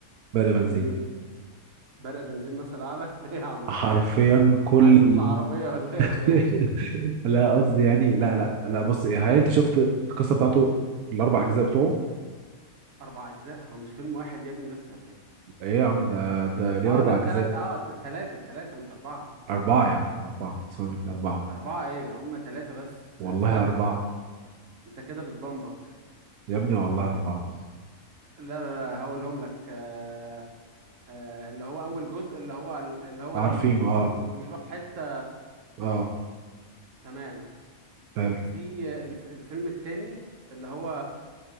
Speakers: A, on the right; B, on the right.
A: برق بنزين
B: مين برق بنزين مثل اعلى <laughs> ايه يا عم
A: حرفيا كل
B: عايز تطلع
A: ال-
B: عربيه ولا ايه يا اخويا
A: <laughs> لا قصدي يعني لا لا لا بص إيه، هاي انت شفت القصة بتاعته في الاربع اجزاء بتوعه؟
B: اربع اجزاء هو مش فيلم واحد يا ابني بس ولا ايه
A: ايه يا عم ده ده ليه
B: اه
A: اربع
B: لا
A: اجزاء؟
B: تلات اه ت- تلاتة تلاتة مش اربعه
A: اربعة يا عم اربعة اسمع مني اربعة
B: اربعه ايه هم تلاتة بس س-
A: والله
B: استنى
A: اربعة
B: لا، انت كده بتبمبك
A: يا ابني والله أربعة
B: لا لا لا هقولهم لك آه آه اللي هو اول جزء اللي هو اللي هو
A: عارفينه
B: لما بيتوه
A: اه
B: وبيروح حتة
A: اه
B: تمام
A: حلو
B: في الف الفيلم التاني اللي هو